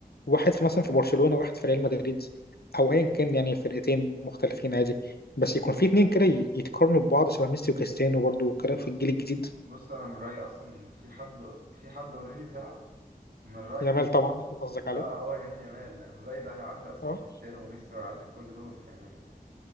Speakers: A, on the left; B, on the right.
A: واحد في مثلا في برشلونة واحد في ريال مدريد او ايا كان يعني فرقتين مختلفين عادي بس يكون في اتنين كده ي- يتقارنوا ببعض شبه ميسي وكريستيانو برضه وكده
B: بص
A: في الجيل الجديد
B: بص انا من رايي اصلا في حد في حد اوريدي طلع من رايي
A: يامال طبعا أكيد قصدك
B: اه
A: عليه
B: هو يمين يامال من رايي ده هيعدي اصلا
A: اه
B: كريستيانو وميسي وهيعدي كل دول فاهماني